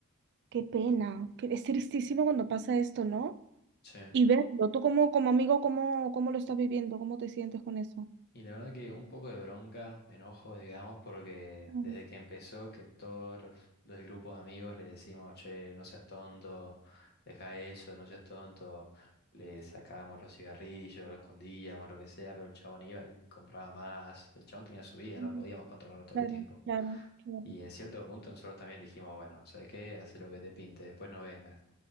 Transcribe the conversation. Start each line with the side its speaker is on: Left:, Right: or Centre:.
Right: qué pena. que es tristísimo cuando pasa esto, ¿no?
Left: Sí.
Right: Y verlo, tú como, como amigo, ¿cómo, cómo lo estás viviendo? ¿Cómo te sientes con eso?
Left: Y la verdad que un poco de bronca, enojo, digamos, porque
Right: Mm,
Left: desde que empezó que todos los, los grupos de amigos le decimos, che, no seas tonto, deja eso, no seas tonto, le sacábamos los cigarrillos, lo escondíamos, lo que sea, pero el chabón iba y compraba más, el chabón tenía su vida,
Right: mm,
Left: no podíamos controlarlo todo
Right: Claro,
Left: el tiempo.
Right: claro, claro.
Left: Y en cierto punto nosotros también dijimos, bueno, ¿sabes qué? Haz lo que te pinte, después no vengas.